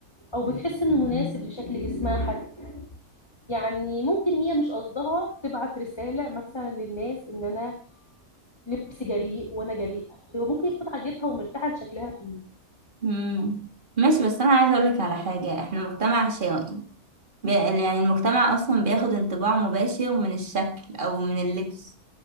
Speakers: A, on the left (about 20°); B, on the right (about 35°).
A: او بتحس انه مناسب لشكل جسمها حتى يعني ممكن هي مش قصدها تبعت رسالة مثلا للناس ان انا لبسي جريء وانا جريئة هو ممكن تكون عاجبها ومرتاحة لشكلها فيه
B: مم. ماشي بس أنا عايزة أقولك على حاجة إحنا مجتمع شرقي بي- يعني المجتمع أصلا بياخد انطباع مباشر من الشكل أو من اللبس